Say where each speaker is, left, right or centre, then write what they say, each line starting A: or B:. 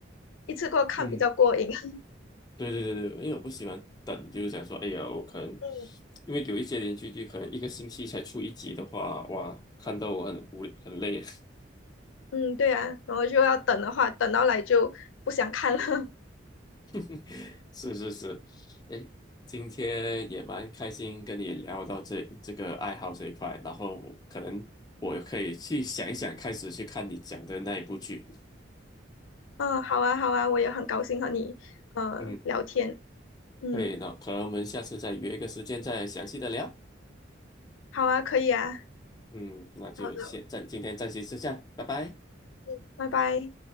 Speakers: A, on the left; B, on the left.
A: 一次过看比较过瘾。
B: 嗯，
A: <laughs>
B: 对对对对，因为我不喜欢等，就是想说，哎呀，我可能
A: 嗯
B: 因为有一些连续剧可能一个星期才出一集的话，哇，看到我很无很累。
A: 嗯，对啊，然后就要等的话，等到来就不想看了。<laughs>
B: <laughs> 是是是，哎，今天也蛮开心跟你聊到这这个爱好这一块，然后可能我可以去想一想，开始去看你讲的那一部剧。
A: 嗯，好啊，好啊，我也很高兴和你呃聊天。
B: 嗯，
A: 嗯，
B: 可以那可能我们下次再约一个时间再详细的聊。
A: 好啊，可以啊，
B: 嗯，那就先暂今天暂时是这样，
A: 好的，
B: 拜拜。
A: 嗯，拜拜。